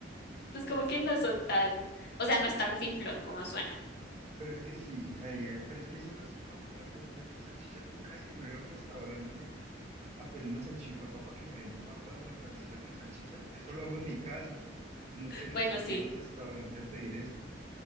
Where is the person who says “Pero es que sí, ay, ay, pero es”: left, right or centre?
Right